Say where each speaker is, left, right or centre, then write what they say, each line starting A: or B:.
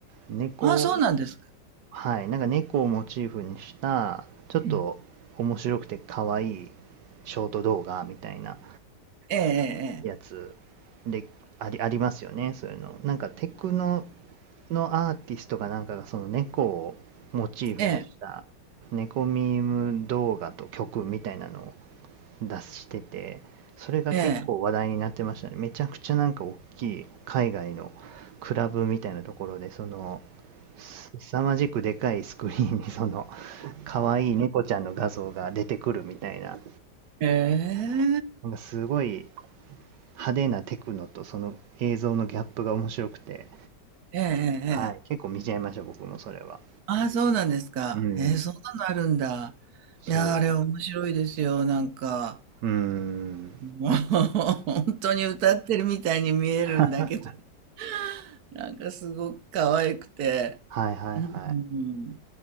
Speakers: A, on the right (about 80°); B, on the right (about 65°).
A: 猫、
B: ああ、そうなんですか。
A: はい、なんか猫をモチーフにした、ちょっと面白くて可愛い
B: うん
A: ショート動画みたいな
B: ええ
A: やつで、あり、ありますよね、そういうの。なんかテクノのアーティストかなんかがその猫をモチーフにした猫ミーム動画と曲みたいなのを
B: ええ
A: 出しててそれが結構話題になってましたねめちゃくちゃなんか大きい海外の
B: ええ
A: クラブみたいなところでその凄まじくでかいスクリーンにその可愛い猫ちゃんの画像が出てくるみたいな
B: えええ
A: なんかすごい派手なテクノとその映像のギャップが面白くて、
B: えええええええええ
A: はい、結構見ちゃいました僕もそれは。
B: ああ、そうなんですか。
A: うん、
B: へえ、そんなのあるんだ。
A: そう。
B: いやー、あれ面白いですよ。なんか、
A: うーん。
B: もう、<laughs> 本当に歌ってるみたいに見えるんだけど、
A: <laughs>
B: <laughs> なんかすごく可愛くて。
A: はいはいはい。
B: うん、うん